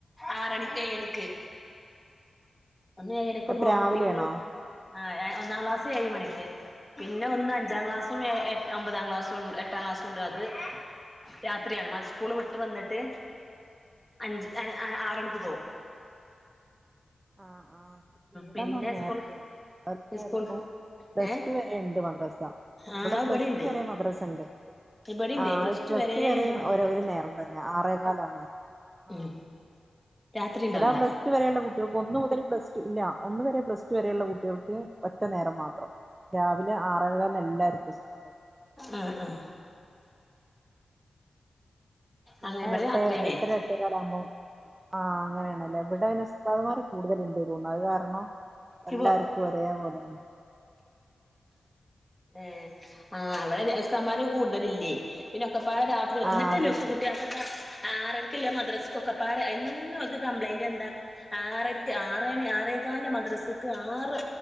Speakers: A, in the centre; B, on the right (about 30°).
A: ആറണിക്ക് എയണിക്ക്. ഒന്ന് ഏഴണിക്കും
B: അപ്പ
A: പോകും
B: രാവിലെയാണോ
A: പിന്നെ ആ ഏ ഒന്നാം ക്ലാസ് ഏഴ് മണിക്ക് പിന്നെ ഒന്ന് അഞ്ചാം ക്ലാസ്സും ഏ ഏ ഒമ്പതാം ക്ലാസ്സും ണ്ട് എട്ടാം ക്ലാസ്സുണ്ട് അത് രാത്രിയാണ് മത് സ്കൂള് വിട്ട് വന്നിട്ട് അഞ്ച് അ അ ആറരക്ക് പോവും.
B: ആ ആ ഇവിടെന്നാ
A: പിന്നെ
B: നേരത്തേ
A: സ്കൂൾ
B: എല്ലാർക്കും
A: സ്കൂൾ
B: പ്ലസ്
A: ഏഹ്
B: ടു വരെ ണ്ട് മദ്രാസ
A: ആഹ്
B: ഇവ്ടെ പ്ലസ്
A: ഇബടിണ്ട്
B: ടു വരെ മദ്രസണ്ട്.
A: ഇബടിണ്ട്
B: ആ പ്ലസ്
A: വരെ
B: ടു വരീം
A: ഉണ്ട് മദ്രസ
B: ഒര് ഒരു നേരം തന്നെ ആറേകാലാണ് ആ
A: ഉം രാത്രി ഉണ്ടാവൂല
B: ഇവിടെ പ്ലസ്ടു വരെയുള്ള കുട്ടികൾക്ക് ഒന്നു മുതൽ പ്ലസ്ടു ല്ല ഒന്ന് വരെ പ്ലസ്ടു വരെള്ള കുട്ടി ട്ടികൾക്ക് ഒറ്റ നേരം മാത്രം. രാവിലെ ആറെ കാല്ന്നെല്ലാർക്കും. സ്കൂൾ
A: ആഹ് ആഹ്
B: പിന്നെ
A: അങ്ങനെ ഇവിടെ
B: എട്ടേ
A: രാത്രിയാണേ
B: എട്ടര എട്ടേകാലാവുമ്പോ ആ അങ്ങനെയണല്ലേ ഇവിടെ പിന്നെ സ്താദാമാര് കൂടുതല്ണ്ട്. ണ്ട് തോന്ന്ണ് അത് കാരണം
A: ഇയ്യ്
B: എല്ലാർക്കും
A: പോ
B: ഒരേപലെണ്.
A: ഏ ആ അവിടുസ്താദ്മാര് കൂടുതലില്ലേ പിന്നെ ക്കൊപ്പാടെ രാത്രി
B: ആഹ്
A: ന്നിട്ട്
B: അതെ
A: നുസ് കുട്ടിയേൾക്കെത്താ ആറരക്കില്ല മദ്രസ്സക്കൊക്കെപ്പാടെ എന്നും അവർക്ക് കംപ്ലൈന്റെന്താ ആറര്ക്ക് ആറണി ആറേ ക്കാന്റെ മദ്രസക്ക് ആറ്